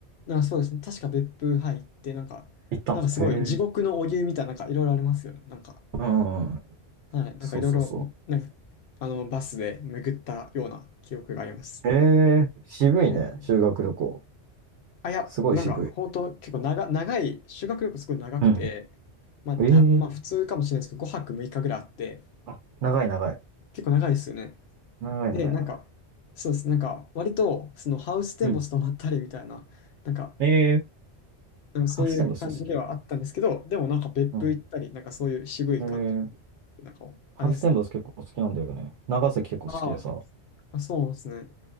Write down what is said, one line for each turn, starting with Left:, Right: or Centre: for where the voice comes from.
Left: なんかそうですね、確か別府入って、なんか、
Right: 行ったの。
Left: なんかすごい地獄のお湯みたいな、
Right: へえ。
Left: なんかいろいろありますよね。なんか、
Right: うんうんうん。
Left: はい、なんかいろいろ、
Right: そうそうそ
Left: なんか、あの、バスで巡ったような記憶があります。
Right: う。へえ、渋いね、
Left: えー
Right: 修学旅行。
Left: あ、いや、
Right: すごい渋い。
Left: なんか、本当結構長、長い、修学旅行すごい長くて、
Right: うん。
Left: まあ、な、
Right: ええ。
Left: まあ、普通かもしれないですけど、5泊6日ぐらいあって、
Right: あ、長い長い。
Left: 結構長いですよね。
Right: 長い長い長い。
Left: で、なんか、そうです。なんか、割と、そのハウステンボス泊まったりみたいな、
Right: うん。
Left: なんか、
Right: ええ、
Left: うんそういう感じではあったんですけど、
Right: ハッセンボス好き。
Left: でもなんか別府行ったり、
Right: うん。
Left: なんかそういう渋い感じ、
Right: えー、
Left: なんか、
Right: ハウステンボス結構好きなんだよね。
Left: あれです。
Right: 長崎結構好きでさ。
Left: あーあ、そうですね。